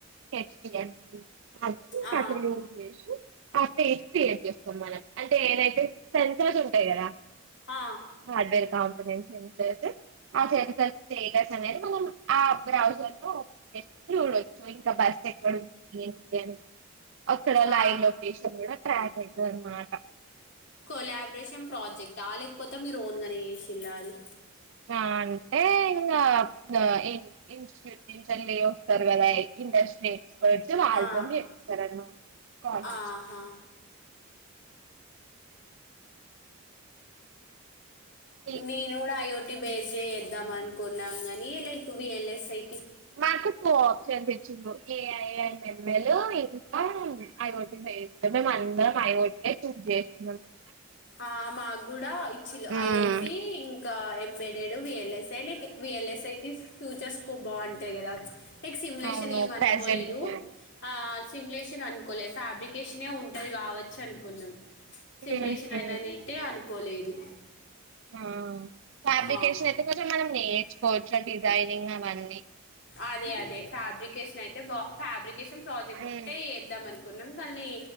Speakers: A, on the right (about 55°); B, on the left (about 55°).
A: హెచ్టి యం <unintelligible> అ
B: ఆ
A: కట్టసి <unintelligible> <unintelligible> అఫడ ఎక్స్పీరియన్స్ ఇస్తాం మనం అంటే ఏదైతే సెన్సార్స్ ఉంటాయి కదా
B: ఆ
A: హార్డ్వేర్ కామ్ సెన్సర్స్ ఆ సెన్సర్ స్టేటస్ అనేది మనం ఆ బ్రౌజర్ లో ఓపెన్ చేసుకొని చూడచ్చు ఇంకా బస్ ఎక్కడ ఉంది <unintelligible> అక్కడ
B: ఆ
A: లైవ్ లోకేషన్ కూడా ట్రాక్ అయితదన్మాట
B: కొలాబరేషన్ ప్రాజెక్టా ఆ లేకపోతే మీరు ఓన్ గానే చేశిల్లా అది.
A: ఆ ఏ ఇంగ ఇంగ ఇన్ ఇన్ట్యూట్ నించెల్లి వస్తారు కదా ఇండస్ట్రీ. వొచ్ <unintelligible> వాళ్ళతోని
B: ఆ
A: చేపిస్తారన్ మాట కాలు
B: ఆహా
A: సు మీకు
B: నేను కూడా అయోడ్ టి బేస్ చేయిద్దాం అనుకున్నాం గాని, like V L S I.
A: మాకు టూ ఆప్షన్స్ ఇచ్చిళ్ళు ఏఐ యన్ యమ్ మేలోయి <unintelligible> మేమందరం ఐవో టి ఏ చూస్ చెస్. లన్ <unintelligible>
B: ఆ మాక్కూడా ఇచ్చిల్లు
A: మ్మ్
B: ఐ ఒ టి. ఇం ఇంకా ఎంఏడేడు విఎల్ఎస్ఐ లైక్ విఎల్ఎస్ఐకి ఫ్యూచర్ స్కోప్ బాగుంటాయి కదా. ఎక్ సిమ్ లేషన్
A: అవును
B: ఏం అనుకోలేదు
A: ప్రెజెంటబుల్
B: ఆ సిమ్లేషన్ అన్. కొలె ఫాబ్రికేషనే ఉంటది కావోచ్చు అనుకున్నాం. సిమ్
A: ఉమ్,
B: లేషన్
A: ఉమ్,
B: అయిన నిటే అను. కోలేదు.
A: ఆ ఫాబ్రికెష్
B: ఆ.
A: నైతే కొంచం మనం నే పోచర్ డిజైనింగ్ అలా అండి
B: అదే అదే ఫాబ్రికేషన్ అయితే బా ఫ్యాబ్రి కేషన్ ప్రాజెక్ట్
A: ఉమ్.
B: టే ఏద్దామని కొన్నం కల్నే